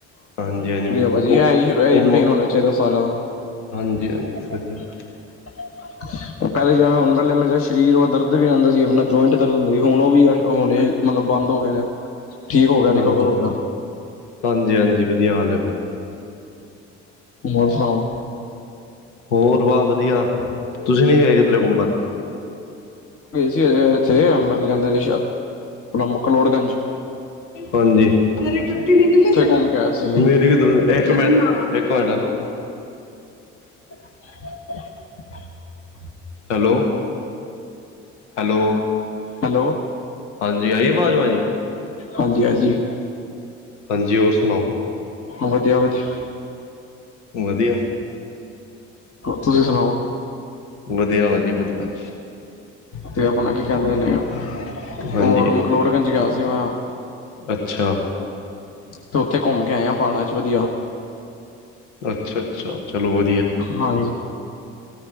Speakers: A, on the left; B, on the left.
A: ਹਾਂਜੀ ਹਾਂਜੀ
B: ਅਸੀਂ
A: ਉਹ ਉਹ
B: ਰੂਟੀਨ ਹੋਣਾ ਚਾਹੀਦਾ ਸਾਰਿਆ ਦਾ
A: ਹਾਂਜੀ
B: <unintelligible>
A: ਹਾਂਜੀ ਵਧੀਆ
B: ਪਹਿਲੇ ਜਿਵੇਂ ਸਰੀਰ ਹੋ ਦਰਦ ਵੀ ਆਉਂਦਾ ਸੀ। ਆਪਣਾ ਜੋਇੰਟ ਕਰੋ ਹੁੰਦੇ ਸੀ। ਹੁਣ ਉਹ ਵੀ ਹੁਣ ਮਤਲਬ ਬੰਦ। <unintelligible> ਹੋ ਗਿਆ ਰਿਕਵਰ
A: ਹਾਂਜੀ
B: ਹੋ
A: ਹਾਂਜੀ
B: ਗਿਆ
A: ਹਾਂਜੀ ਹਾਂਜੀ ਵਧੀਆ ਹਾਲ
B: ਹੋਰ ਸੁਣਾਉ?
A: ਹੋਰ ਬਹੁਤ ਵਧੀਆ। ਤੁਸੀਂ ਨਹੀਂ ਗਏ ਤੇਰੇ ਘੁੰਮਣ?
B: ਇਥੇ ਆਪਣਾ ਕੀ ਕਹਿੰਦੇ ਨੇ ਮਕਲੋਟਗਾਂਜ
A: ਹਾਂਜੀ ।ਤੇਰੀ ਟੁੱਟੀ ਨਿਕਲੀ ਆ ਨਾ।
B: ਘੁੰਮ ਕੇ ਆਏ ਸੀ
A: ਮੇਰੀ ਇਕ ਮਿੰਟ ਇੱਕ ਮਿੰਟ ਇਹਨੂੰ
B: <unintelligible>
A: ਹੈਲੋ ਹੈਲੋ,
B: ਹੈਲੋ
A: ਹਾਂਜੀ ਆਈ ਅਵਾਜ ਭਾਜੀ
B: ਹਾਂਜੀ ਹਾਂਜੀ।
A: ਹਾਂਜੀ ਹੋਰ ਸੁਣਾਓ?
B: ਵਧੀਆ ਵਧੀਆ।
A: ਵਧੀਆ।
B: ਤੁਸੀਂ ਸੁਣਾਓ?
A: ਵਧੀਆ ਵਾ ਜੀ ਵਧੀਆ।
B: ਤੇ ਆਪਣਾ ਕੀ ਕਹਿੰਦੇ ਨੇ
A: ਹਾਂਜੀ
B: ਹੋਰ
A: ਹਾਂਜੀ
B: ਮਕਲੋਟਗੰਜ ਗਿਆ ਸੀ ਮੈਂ
A: ਅੱਛਾ।
B: ਤੇ ਉੱਥੇ ਘੁੰਮ ਕੇ ਆਏ ਆ ਪੜਾਂ ਚ ਵਧੀਆ।
A: ਅੱਛਾ ਅੱਛਾ ਚਲੋ ਵ
B: ਹਾਂ।